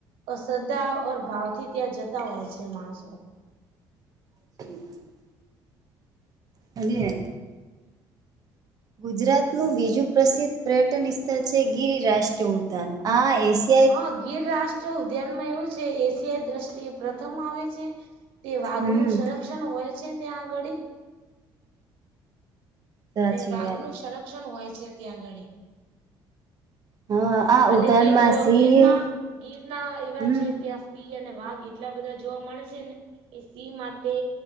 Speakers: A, on the right; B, on the right.
A: અશ્રદ્ધા ઓર ભાવથી ત્યાં જતા હોય છે માણસો.
B: <inaudible> અને ગુજરાતનું બીજું પ્રસિદ્ધ પ્રયટન ઈસ્થલ છે ગિરિરાષ્ટ્રય ઉદ્યાન, આ એશિ
A: હા ગીર રાષ્ટ્ર ઉદ્યાન માં એવું છે એશિયાઈ દ્રષ્ટિ પ્રથમ આવે છે, તે વાઘનું
B: હમ
A: સરખ ક્ષણ હોય છે ત્યાં આગાળી
B: સાચી
A: એટલે વાઘ
B: વાત
A: નું સંરક્ષણ હોય છે ત્યાં આગાડી
B: હા. આ
A: અને
B: ઉદ્યાનમાં
A: તે છો
B: સિંહ
A: ગીરના ગીરના એવા
B: હમ
A: છે ત્યાં સિંહ અને વાઘ એટલા બધા જોવા મળે છે ને એ સિંહ માટે